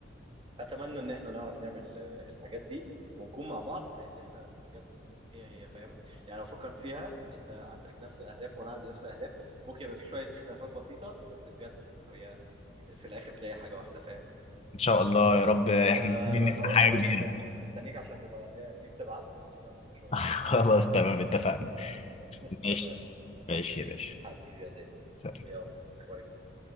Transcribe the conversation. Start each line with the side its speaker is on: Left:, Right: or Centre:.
Right: اتمنى ان احنا نعرف نعمل آه، الحاجات دي ونكون مع بعض لان احنا بجد هي هي فاهم يعني لو فكرت فيها انت عندك نفس الاهداف وانا عندي نفس الاهداف ممكن يبقى في شويه اختلافات بسيطه بس بجد هي في الاخر تلاقي حاجه واحده فاهم
Left: ان شاء الله يا رب احنا
Right: انا
Left: الاثنين
Right: انا
Left: نفتح
Right: خلاص
Left: حاجة
Right: انا
Left: كبيرة
Right: مستنيك مستنيك عشان نبقى ن- نكتب عقد باسمنا ونبقى شركاء
Left: <laughs> خلاص تمام اتفقنا
Right: اتفقنا
Left: ماشي ماشي يا باشا
Right: حبيبي يا دادي
Left: سلام.
Right: يلا باي باي